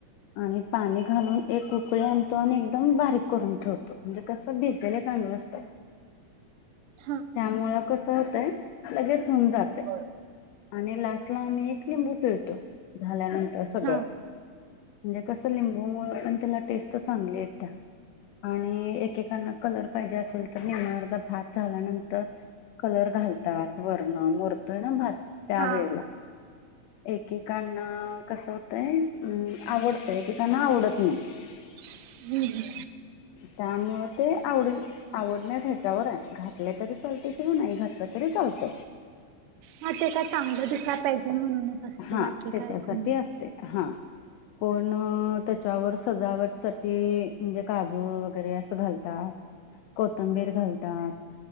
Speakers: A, on the left; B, on the right.
A: आणि पाणी घालून एक रकळी आणतो आणि एकदम बारीक करून ठेवतो म्हणजे कसं भिजलेलं त
B: हां.
A: त्यामुळ कस होतंय लगेच होऊन जाते
B: हा
A: आणि लास्टला आम्ही एक लिंबू पिळतो झाल्यानंतर सगळं
B: हा
A: म्हणजे कसं लिंबूमु पण त्याला टेस्ट चांगली आहे त्या आणि एकेकांना कलर पाहिजे असेल तर निमण्यावरला भात झाल्यानंतर कलर घालतात वरण मरतोय ना भात त्या
B: हा
A: वेळेला एकेकांना कसं होतंय अं आवडतंय एकेकांना आवडत नाही ह
B: हम्म हम्म
A: त्यामु ते आवड आवडण्या ह्याच्यावर आहे घातले तरी चालते त नाही घातपातरी लत
B: हा ते काय चांगलं दिसला पाहिजे म्हणूनच असते
A: हा
B: बाकी
A: त्याच्यासाठी
B: काय असं नाही
A: असते हा कोण त्याच्यावर सजावट सा म्हणजे काजू वगैरे असं घालतात कोथंबीर घालतात